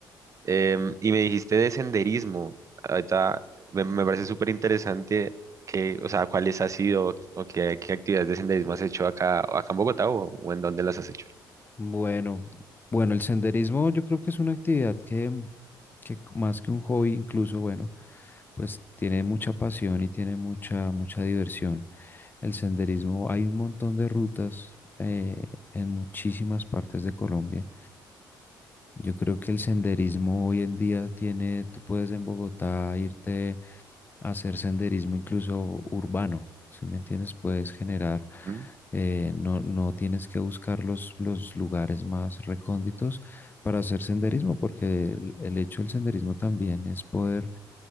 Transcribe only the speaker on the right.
Em, y me dijiste de senderismo. Ahorita me, me parece súper interesante que, o sea, cuáles has sido o qué, qué actividades de senderismo has hecho acá, acá en Bogotá o, o en dónde las has hecho.
Ujú,